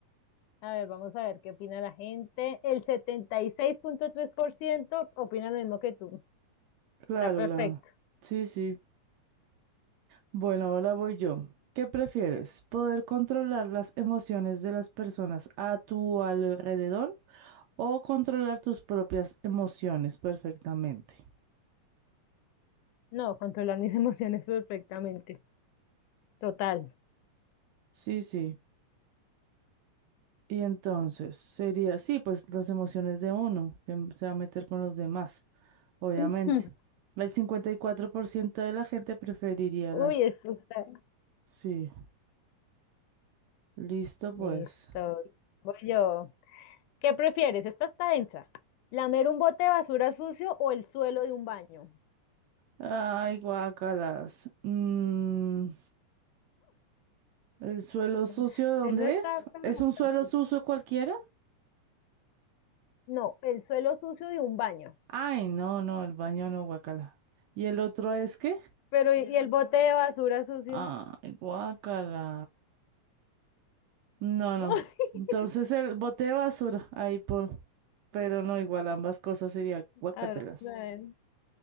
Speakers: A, on the left; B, on the right.
A: A ver, vamos a ver qué opina la gente. El setenta y seis punto tres por ciento opina lo mismo que tú.
B: Claro,
A: Está perfecto.
B: la. Sí, sí. Bueno, ahora voy yo. ¿Qué prefieres? ¿Poder controlar las emociones de las personas a tu alrededor o controlar tus propias emociones perfectamente?
A: No, controlar mis <laughs> emociones perfectamente. Total.
B: Sí, sí. Y entonces sería, sí, pues las emociones de uno, que m- se va a meter con los demás, obviamente.
A: <clears throat> <laughs>
B: El 54% de la gente preferiría
A: Uy,
B: las...
A: esto está.
B: Sí, listo
A: Listo.
B: pues.
A: Voy yo. ¿Qué prefieres? Esta está densa. ¿Lamer un bote de basura sucio o el suelo de un baño?
B: Ay, guácalas. Mm. ¿El suelo
A: <laughs>
B: sucio dónde
A: Eso está,
B: es?
A: pero...
B: ¿Es un suelo
A: fuerte.
B: sucio cualquiera?
A: No, el suelo sucio de un baño.
B: Ay, no, no, el baño no, guacala. ¿Y el otro es qué?
A: Pero, ¿y y el bote de basura sucio?
B: Ay, guacala. No,
A: <laughs>
B: no. Entonces el bote de basura, ahí por. Pero no, igual ambas cosas serían guacatelas.
A: A ver, vamos a ver.